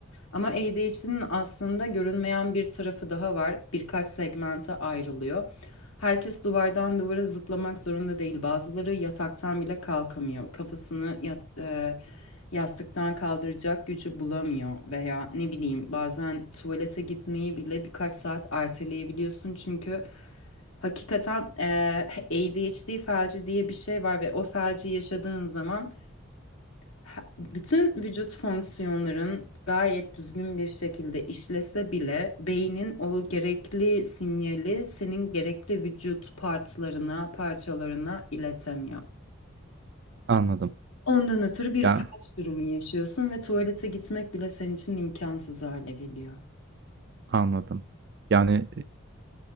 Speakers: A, on the left (about 85°); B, on the right (about 50°).
A: Ama ADHD'nin aslında görünmeyen bir tarafı daha var. Birkaç segmente ayrılıyor. Herkes duvardan duvara zıplamak zorunda değil. Bazıları yataktan bile kalkamıyor. Kafasını yat, e, yastıktan kaldıracak gücü bulamıyor veya ne bileyim bazen tuvalete gitmeyi bile birkaç saat erteleyebiliyorsun çünkü hakikaten eee ADHD felci diye bir şey var ve o felci yaşadığın zaman ha- bütün vücut fonksiyonların gayet düzgün bir şekilde işlese bile beynin o gerekli sinyali senin gerekli vücut partlarına, parçalarına iletemiyor.
B: Anladım.
A: Ondan ötürü bir
B: Ya,
A: felç durumu yaşıyorsun ve tuvalete gitmek bile senin için imkansız hale geliyor.
B: anladım. Yani,